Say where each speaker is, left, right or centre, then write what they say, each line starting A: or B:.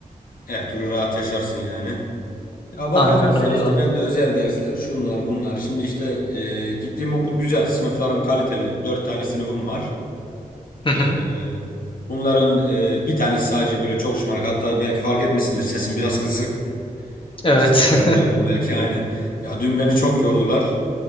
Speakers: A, on the left (about 70°); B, on the left (about 35°).
A: her türlü rahat yaşarsın yani. Ya bakacağız
B: Aynen öyle
A: ya işte
B: oldu.
A: ben de özel dersler şunlar bunlar. Şimdi işte e, gittiğim okul güzel. Sınıflarım kaliteli. Dört tane sınıfım var.
B: Hı
A: E,
B: hı.
A: e, bunların e, bir tanesi sadece böyle çok şımarık. Hatta belki fark etmişsindir sesim biraz kısık.
B: Evet.
A: Kesinlikle geliyordur
B: <laughs>
A: belki aynen. Ya dün beni çok yordular.